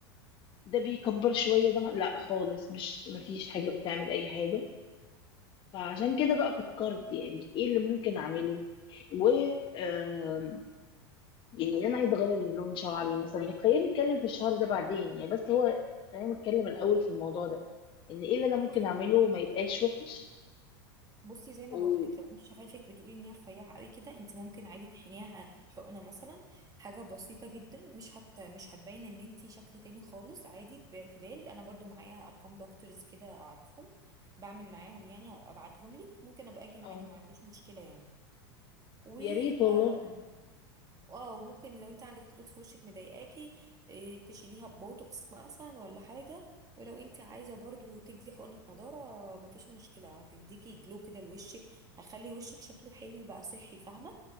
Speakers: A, on the left (about 40°); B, on the right (about 25°).
A: ده بيكبر شوية ده ما... لا خالص مش مفيش حاجة بتعمل أي حاجة فعشان كده بقى فكرت يعني ايه اللي ممكن أعمله و آم، يعني أنا عايزة أغير لون شعري مثلا بس خلينا نتكلم في الشهر ده بعدين يعني بس هو خلينا نتكلم الأول في الموضوع ده إن ايه اللي أنا ممكن
B: بصي
A: أعمله ما يبقاش وحش
B: بصي زي ما
A: و
B: بقولك لو انت شفايفك بتقولي ان هي رفيعه قوي كده انت ممكن عادي تحنيها حقنه مثلا حاجه بسيطه جدا مش هت مش هتبين ان انت شكل تاني خالص عادي باعتدال انا برضو معايا ارقام دكتورز كده اعرفهم بعمل معاهم يعني هبقى ابعتهم لك ممكن ابقى اجي معاكي
A: اه
B: ما عنديش مشكله يعني
A: يا ريت والله
B: اه وممكن لو انت عندك خطوط في وشك مضايقاكي إيه، تشيليها ببوتوكس مثلا ولا حاجه ولو انت عايزه برضو تدي حقنه نضاره مفيش مشكله هتديكي جلو كده لوشك هيخلي وشك شكله حلو بقى صحي فاهمه